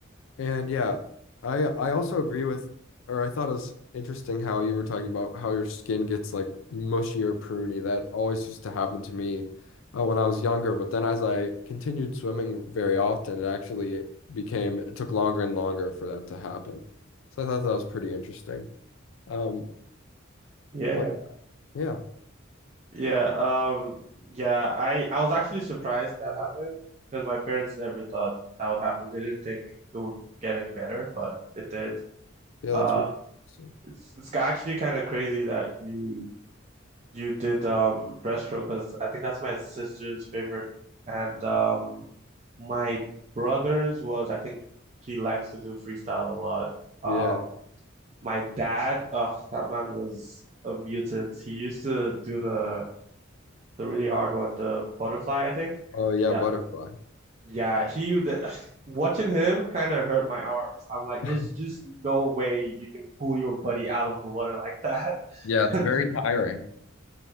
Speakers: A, on the left; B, on the right.
A: And yeah, I I also agree with, or I thought it was interesting how you were talking about how your skin gets like mushy or pruny. That always used to happen to me uh, when I was younger. But then as I continued swimming very often, it actually became, it took longer and longer for that to happen. So I thought that was pretty interesting. Um,
B: Yeah.
A: but yeah,
B: Yeah, um yeah, I I was actually surprised that happened because my parents never thought that would happen. They didn't think it would get any better, but it did.
A: yeah,
B: Uh
A: that's really interesting.
B: it's it's actually kind of crazy that you You did um breaststroke because I think that's my sister's favorite, and um my brother's was I think he likes to do freestyle a lot. Uh,
A: Yeah.
B: my dad, oh that man was a mutant. He used to do the the really hard one, the butterfly, I think.
A: Oh yeah,
B: Yeah,
A: butterfly.
B: yeah. He the, <laughs> watching him kind of hurt my arms. I'm like,
A: <laughs>
B: there's just no way you can pull your buddy out of the water like that.
A: Yeah,
B: <laughs>
A: it's
B: And
A: very tiring.